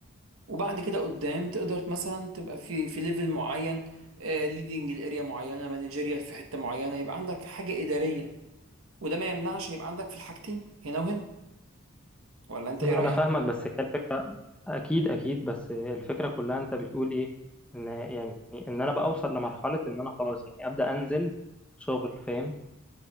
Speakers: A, on the right (about 75°); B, in the centre.
A: وبعد كده قدام تقدر مثلا تبقى في في ليفل معين ليدنج الاريا معينه مانجيريال في حته معينه يبقى عندك حاجه اداريه وده ما يمنعش يبقى عندك في الحاجتين هنا وهنا ولا انت
B: ما
A: ايه رايك
B: انا فاهمك بس هي الفكره اكيد اكيد بس الفكره كلها انت بتقول ايه ان يعني ان انا بقى اوصل لمرحله ان انا خلاص يعني ابدا انزل شغل فاهم